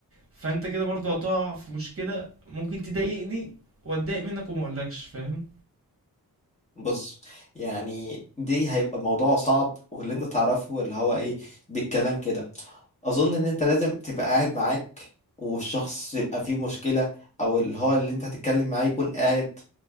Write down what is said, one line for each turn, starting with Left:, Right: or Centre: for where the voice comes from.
Right: فانت كده برضو هتقع في مشكلة ممكن تضايقني واتضايق منك وما اقولكش فاهم
Left: بص يعني دي هيبقى موضوع صعب واللي انت تعرفه اللي هو ايه بالكلام كده اظن ان انت لازم تبقى قاعد معاك والشخص يبقى فيه مشكلة او اللي هو اللي انت هتتكلم معاه يكون قاعد